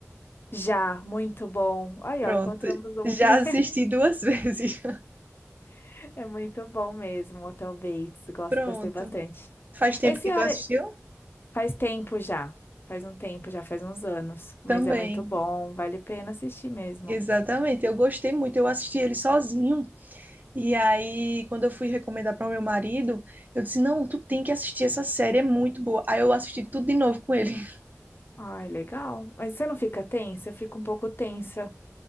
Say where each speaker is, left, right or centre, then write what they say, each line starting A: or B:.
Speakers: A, on the left (about 45°); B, on the right (about 35°).
A: Já, muito bom. Aí,
B: Pronto.
A: ó, encontramos um
B: Já
A: que
B: assisti duas <laughs> vezes.
A: <laughs> é muito bom mesmo, Hotel Bates. Gosto,
B: Pronto.
A: gostei bastante.
B: Faz tempo
A: Esse
B: que
A: Ora-
B: tu assistiu?
A: Faz tempo já. Faz um tempo já, faz uns anos. Mas
B: Também.
A: é muito bom, vale a pena assistir mesmo.
B: Exatamente. Eu gostei muito. Eu assisti ele sozinho. E aí, quando eu fui recomendar para o meu marido, eu disse: "Não, tu tem que assistir essa série, é muito boa". Aí eu assisti tudo de novo com ele. <laughs>
A: Ai, legal. Mas você não fica tensa? Eu fico um pouco tensa